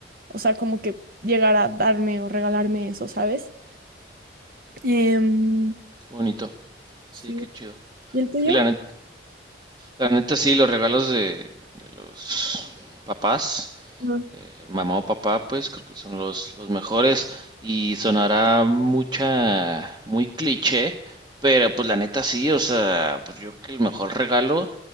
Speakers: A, on the right; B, on the right.
A: o sea, como que llegar a darme o regalarme eso, ¿sabes? Em,
B: Qué bonito, sí,
A: sí.
B: qué chido.
A: ¿Y el tuyo?
B: Sí, la neta, la neta sí, los regalos de, de los papás
A: No.
B: eh, mamá o papá, pues creo que son los, los mejores y sonará mucha, muy cliché, pero pues la neta sí, o sea, pues yo creo que el mejor regalo